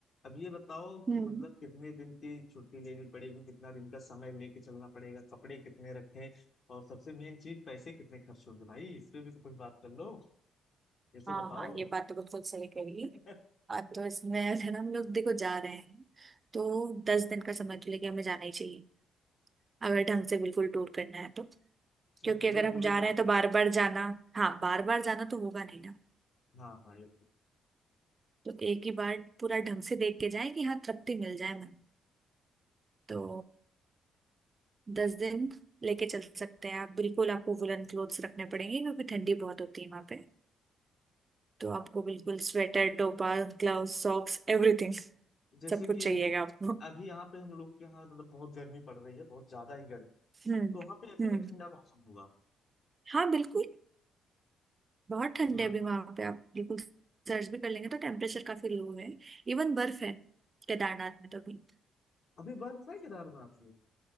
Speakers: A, on the left; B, on the right.
A: अब ये बताओ कि
B: हम्म
A: मतलब कितने दिन की छुट्टी लेनी पड़ेगी कितना दिन का समय लेके चलना पड़ेगा कपड़े कितने रखें और सबसे मेन चीज पैसे कितने खर्च होंगे भाई इस पे भी तो कुछ बात कर लो ये तो
B: हाँ
A: बताओ
B: हाँ ये बात तो बिल्कुल सही कही
A: <laughs>
B: अब तो इसमें अगर हम लोग देखो जा रहे हैं तो दस दिन का समय तो लेके हमें जाना ही चाहिए अगर ढंग से बिल्कुल टूर करना है तो
A: अच्छा
B: क्योंकि
A: पूरे
B: अगर हम
A: पूरे
B: जा रहे
A: दस
B: हैं
A: दिन
B: तो बार बार जाना हाँ बार बार जाना तो होगा नहीं ना
A: हाँ हाँ ये तो
B: तो एक ही बार पूरा ढंग से देख के जाए कि हाँ तृप्ति मिल जाए मन तो दस दिन लेके चल सकते हैं आप बिल्कुल आपको वुलन क्लोथ्स रखने पड़ेंगे क्योंकि ठंडी बहुत होती है वहां पे तो
A: हाँ
B: आपको बिल्कुल स्वेटर टोपा ग्लव्स सॉक्स एवरीथिंग <laughs>
A: जैसे
B: सब कुछ
A: कि
B: चाहिएगा
A: अभी
B: आपको
A: अभी यहाँ पे हम लोग के यहाँ मतलब बहुत गर्मी पड़ रही है बहुत ज्यादा ही गर्मी
B: हम्म
A: तो वहाँ पे अभी
B: हम्म
A: भी ठंडा मौसम होगा
B: हाँ बिल्कुल बहुत ठंड
A: हाँ
B: है अभी वहां पे आप बिल्कुल सर्च भी कर लेंगे तो टेम्परेचर काफी लो है इवन बर्फ है केदारनाथ में तो भी
A: अभी बर्फ है केदारनाथ में